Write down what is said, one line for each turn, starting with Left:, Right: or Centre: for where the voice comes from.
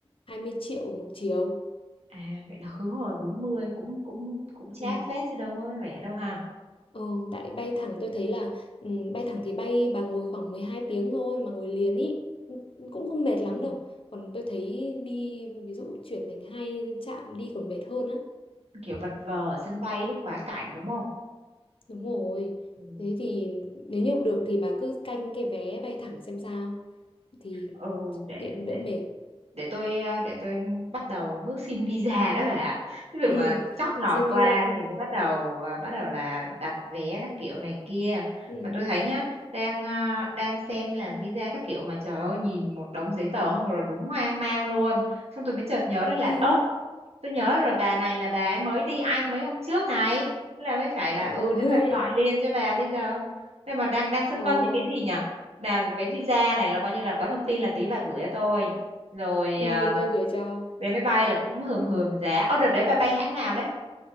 Left: 20 triệu một chiều.
Right: à vậy là khứ hồi bốn mươi cũng cũng cũng chát
Left: Ừ.
Right: phết chứ đâu có rẻ đâu ha
Left: Ừ, tại bay thẳng tôi thấy là ừ, bay thẳng thì bay bà ngồi khoảng 12 tiếng thôi mà ngồi liền ý. Ừ, Cũng không mệt lắm
Right: ừ.
Left: đâu. Còn tôi thấy đi ví dụ chuyển thành hai trạm đi còn mệt hơn á.
Right: kiểu vật vờ ở sân bay lúc quá cảnh đúng không
Left: Đúng rồi.
Right: ừ,
Left: Thế thì nếu như được thì bà cứ canh cái vé bay thẳng xem sao thì
Right: ừ để
Left: tiện đỡ
Right: để
Left: mệt. <laughs>
Right: để tôi à, để tôi bắt đầu bước xin visa <laughs> đã bà ạ. ví dụ
Left: Ừ.
Right: mà chót lọt
Left: Xin
Right: qua
Left: visa.
Right: thì mới bắt đầu à, bắt đầu là đặt vé các kiểu này kia
Left: Ừ.
Right: mà tôi thấy nhá đang à, đang xem là visa các kiểu mà trời ơi nhìn một đống giấy tờ không rồi đúng hoang mang luôn xong tôi mới chợt nhớ ra là
Left: <laughs>
Right: ơ tôi nhớ rồi bà này là bà ấy mới đi Anh mấy hôm trước này thế là mới phải là
Left: Đúng
Right: ừ
Left: rồi.
Right: thế là gọi liền
Left: <laughs>
Right: cho bà bây giờ thế mà đang đang phân
Left: Ồ.
Right: vân những cái gì nhở là về visa này là coi như là có thông tin là tí bà gửi cho tôi rồi
Left: Ừ,
Right: à,
Left: tôi gửi cho.
Right: vé máy bay là cũng hườm hườm giá ở đợt đấy bà bay hãng nào đấy